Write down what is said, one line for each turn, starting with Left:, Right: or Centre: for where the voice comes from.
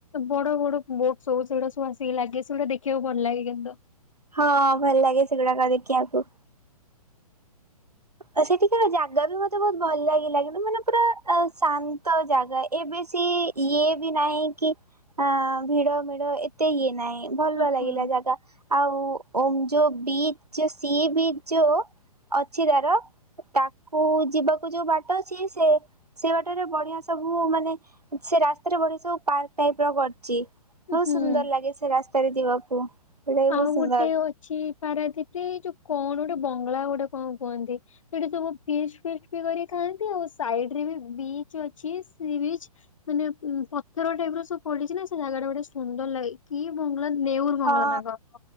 Left: ବଡ ବଡ ବୋଟ ସବୁ ସେଗୁଡା ସବୁ ଆସିକି ଲାଗେ ସେଗୁଡା ଦେଖିଆକୁ ଭଲ ଲାଗେ କିନ୍ତୁ।
Right: ହଁ ଭଲ ଲାଗେ ସେଗୁଡାକ ଦେଖିଆକୁ। ଆ ସେଠିକାର ଜାଗା ବି ମତେ ବହୁତ୍ ଭଲ ଲାଗିଲା କିନ୍ତୁ ମାନେ ପୁରା ଆ ଶାନ୍ତ ଜାଗା ଏବେ ସି ଇଏ ବି ନାହିଁ କି ଆ ଭିଡ଼ ଭିଡ଼ ଏ ତେ ଇଏ ନାହିଁ ଭଲ
Left: ଓହୋ।
Right: ଲାଗିଲା ଜାଗା। ଆଉ ଓମ୍ ଯୋଉ ବିଚ୍ ଯୋଉ ସି ବିଚ୍ ଯୋଉ ଅଛି ତାର ତାକୁ ଯିବାକୁ ଯୋଉ ବାଟ ଅଛି ସେ ସେ ବାଟରେ ବଢିଆ ସବୁ ମାନେ ସେ ରାସ୍ତାରେ ବଢିଆ ସବୁ ପାର୍କ ଟାଇପ୍ ର କରିଚି। ବହୁ
Left: ହୁଁ
Right: ସୁନ୍ଦର ଲାଗେ ସେ ରାସ୍ତାରେ ଯିବାକୁ। ସେଇଟା ବି ବହୁତ
Left: ଆଉ
Right: ସୁନ୍ଦର
Left: ଗୋଟେ ଅଛି ପାରାଦୀପ୍ ରେ ଏଇ ଯୋଉ କଣ ଓଟେ ବଙ୍ଗଳା ଗୋଟେ କଁ କୁହନ୍ତି। ସେଠି ସବୁ ଫିଷ୍ଟି ଫିଷ୍ଟି ବି କରି ଖାଆନ୍ତି ଆଉ ସାଇଡ୍ ରେ ବି ବିଚ୍ ଅଛି ସି ବିଚ୍। ମାନେ ଉଁ ପଥର ଟାଇପ୍ ର ସବୁ ପଡିଚି ନା ସେ ଜାଗା ଟା ଗୋଟେ ସୁନ୍ଦର ଲାଏ। କି ବଙ୍ଗଳା ନେଉର୍
Right: ହଁ।
Left: ବଙ୍ଗଳା ନା କଁ।